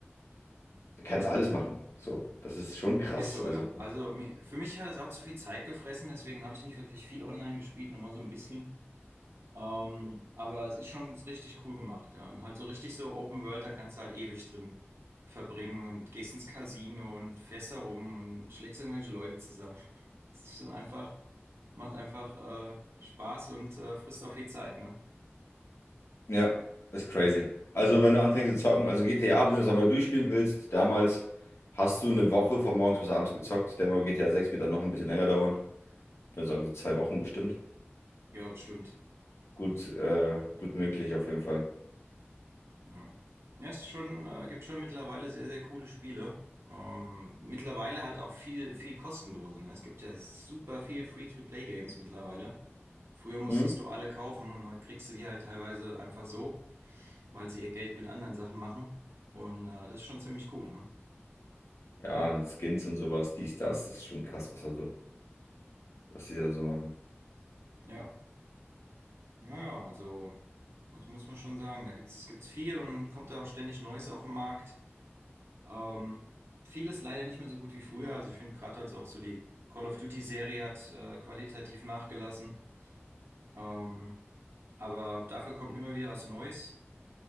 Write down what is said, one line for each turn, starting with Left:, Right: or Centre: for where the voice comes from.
Left: da kannst du alles machen. So, das ist schon krass.
Right: Ist so,
Left: Also,
Right: ja. Also mi- für mich hat es auch zu viel Zeit gefressen, deswegen habe ich nicht wirklich viel online gespielt, nur mal so ein bisschen. Ähm, aber es ist schon richtig cool gemacht, ja. Und halt so richtig so Open World, da kannst du halt ewig drin verbringen und gehst ins Casino und fährst da rum und schlägst irgendwelche Leute zusammen. <laughs> Es ist dann einfach, macht einfach äh, Spaß und äh, frisst auch viel Zeit, ne?
Left: ja, ist crazy. Also, wenn du anfängst zu zocken, also GTA, wenn du das einmal durchspielen willst, damals hast du eine Woche von morgens bis abends gezockt. Ich denke mal, GTA 6 wird dann noch ein bisschen länger dauern. Ich würde sagen, so zwei Wochen bestimmt.
Right: Ja, bestimmt.
Left: Gut, äh, gut möglich auf jeden Fall.
Right: Ja, ja es ist schon, äh, gibt schon mittlerweile sehr, sehr coole Spiele. Ähm, mittlerweile halt auch viel, viel kostenlose. Ne? Es gibt ja super viel Free-to-Play-Games mittlerweile. Früher musstest
Left: Mhm.
Right: du alle kaufen und heute kriegst du die halt teilweise einfach so, weil sie ihr Geld mit anderen Sachen machen. Und äh, das ist schon ziemlich cool, ne?
Left: Ja, Skins und sowas, dies, das, das ist schon krass, was da so, was die da so machen.
Right: Ja, ja, ja, also das muss man schon sagen. Da gibt's, gibt's viel und kommt da auch ständig Neues auf den Markt. Ähm, vieles leider nicht mehr so gut wie früher. Also ich finde gerade jetzt auch so die Call of Duty-Serie hat äh, qualitativ nachgelassen. Ähm, aber dafür kommt immer wieder was Neues.